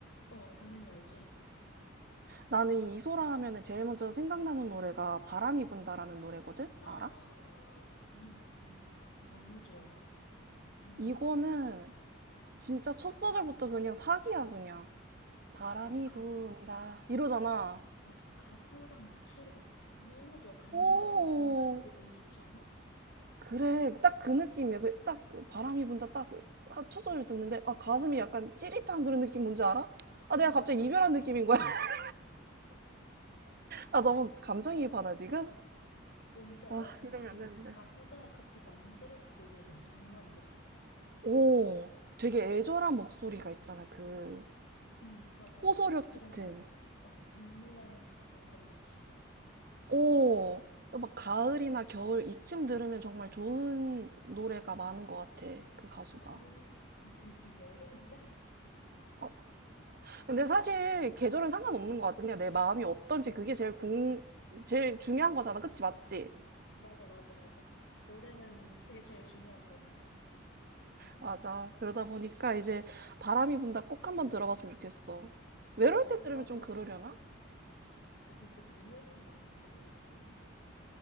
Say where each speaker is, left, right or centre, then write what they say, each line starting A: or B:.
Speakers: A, on the left; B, on the right.
A: 어, 당연히 알지.
B: 나는 이 이소라 하면은 제일 먼저 생각나는 노래가 바람이 분다라는 노래거든?
A: 와,
B: 알아?
A: 당연하지. 너무 좋아. 응.
B: 이거는 진짜 첫 소절부터 그냥 사기야, 그냥. 바람이
A: 맞아, 가,
B: 분다. 이러잖아.
A: 맞아. 가사랑 목소리가 너무 좋아. 감정의
B: 오,
A: 전달력이 너무 좋지 않아?
B: 그래, 딱 그 느낌이야. 그, 딱 그 바람이 분다, 딱 그- 아, 첫소를 듣는데, 아, 가슴이 약간 찌릿한 그런 느낌 뭔지 알아? 아,
A: 응,
B: 내가 갑자기
A: <laughs>
B: 이별한 느낌인 거야. <laughs> 아, 너무 감정이입하나, 지금?
A: 뭔지 알아.
B: 아,
A: 근데,
B: 이러면
A: 근데
B: 안 되는데.
A: 그 가수가 그렇게 만들어, 그 노래를, 정말로.
B: 오, 되게 애절한 목소리가 있잖아, 그,
A: 응, 맞아.
B: 호소력
A: 딱 들으면,
B: 짙은.
A: 어, 눈물 나는 듯한 그런 목소리.
B: 오, 막 가을이나 겨울 이쯤 들으면 정말 좋은 노래가 많은 것 같아, 그 가수가.
A: 어, 아, 근- 근데 지금 여름인데?
B: 어, 근데 사실 계절은 상관없는 것 같아. 그냥 내 마음이 어떤지 그게 제일 궁, 제일 중요한 거잖아. 그치, 맞지?
A: 맞아, 맞아, 맞아. 노래는 그게 제일 중요한 거지.
B: 맞아. 그러다 보니까 이제 바람이 분다 꼭 한번 들어봤으면 좋겠어. 외로울 때
A: 어,
B: 들으면
A: 나도,
B: 좀 그러려나?
A: 아, 그럼 더 눈물 나는 거 아니야? 그 노래 들으면은?